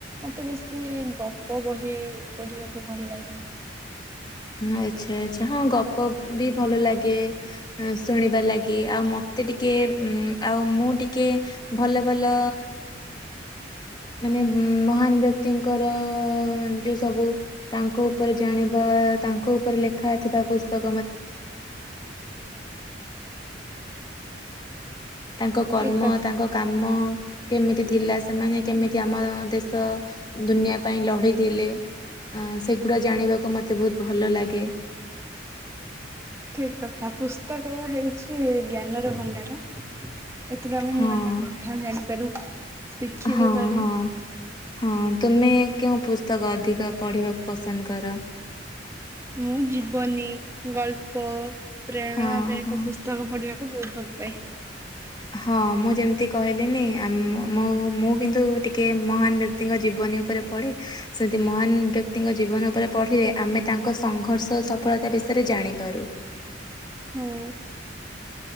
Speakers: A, on the right (about 15°); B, on the left (about 25°).
A: ମତେ ବେଶୀ ଗପ ବହି ପଢିବାକୁ ଭଲ ଲାଗେ।
B: ଆଚ୍ଛା ଆଚ୍ଛା ହଁ ଗପ ବି ଭଲ ଲାଗେ ଶୁଣିବା ଲାଗି ଆଉ ମତେ ଟିକେ ଉ ଆଉ ମୁଁ ଟିକେ ଭଲ ଭଲ ମାନେ ମହାନ ବ୍ୟକ୍ତିଙ୍କର ଯୋଉ ସବୁ ତାଙ୍କ ଉପରେ ଜାଣିବା ତାଙ୍କ ଉପରେ ଲେଖା ଥିବା ପୁସ୍ତକ ତାଙ୍କ କର୍ମ
A: ଠିକ କ
B: ତାଙ୍କ କାମ। କେମିତି ଥିଲା ସେମାନେ କେମିତି ଆମ ଦେଶ ଦୁନିଆ ପାଇଁ ଲଢିଥିଲେ ଅ ସେଗୁଡା ଜାଣିବାକୁ ମତେ ବହୁତ ଭଲ ଲାଗେ।
A: ଠିକ କଥା ପୁସ୍ତକ ହେଉଛି ଜ୍ଞାନର ଭଣ୍ଡାର। ଏଥିରୁ ଆମେ
B: ହଁ।
A: ନୂଆ ନୂଆ କଥା ଜାଣିପାରୁ ଶିଖି
B: ହଁ
A: ବି ପାରୁ।
B: ହଁ ହଁ ତୁମେ କେଉଁ ପୁସ୍ତକ ଅଧିକ ପଢ଼ିବାକୁ ପସନ୍ଦ କର?
A: ମୁଁ ଜୀବନି ଗଳ୍ପ ପ୍ରେରଣାଦାୟକ
B: ହଁ ହଁ।
A: ପୁସ୍ତକ ପଢିବା ବହୁତ ଭଲ ପାଏ।
B: ହଁ ମୁଁ ଯେମିତି କହିଲିନି ଆମ ମୋ ମୁଁ କିନ୍ତୁ ଟିକେ ମହାନ ବ୍ୟକ୍ତି ବ୍ୟକ୍ତିଙ୍କ ଜୀବନୀ ଉପରେ ପଢି ସେମତି ମହାନ ବ୍ୟକ୍ତିଙ୍କ ଜୀବନ ଉପରେ ପଢିଲେ ଆମେ ତାଙ୍କ ସଂଘର୍ଷ ସଫଳତା ବିଷୟରେ ଜାଣିପାରୁ।
A: ହୁଁ।